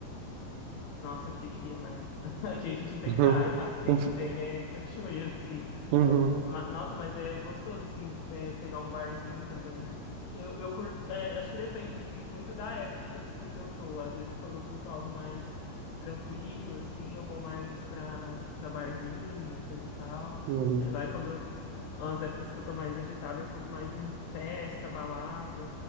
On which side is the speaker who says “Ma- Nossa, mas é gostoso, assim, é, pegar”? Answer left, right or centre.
Left